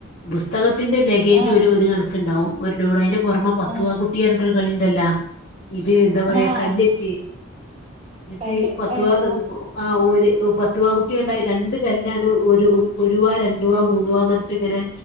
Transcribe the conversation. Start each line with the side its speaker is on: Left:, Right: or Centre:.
Left: ബുസ്തകത്തിന്റെ ലഗേജ്
Right: ആഹ്
Left: ഒരു ഒരു കണക്ക് കണ്ടാവും ഒരു ലോഡ് അയിന്റെ പൊറമെ പത്തുവാ
Right: ആഹ്
Left: കുട്ടിയാർഞ്ഞിട്ടോരു കളിണ്ടല്ലാ? ഇത് ന്താ പറയാ
Right: ആഹ്
Left: കല്ലറ്റി
Right: അത്
Left: ഞട്ടി
Right: കല്ല്
Left: പത്ത്വാ
Right: ഏ, ആ,
Left: ആഹ് ഒരു പത്ത്വാ കുട്ടിയാർഞാ
Right: കൊ
Left: രണ്ട് ചെല്ലാടു ഒരു ഒരു വ രണ്ടു വ മൂന്നു വ നട്ട്ങ്ങനെ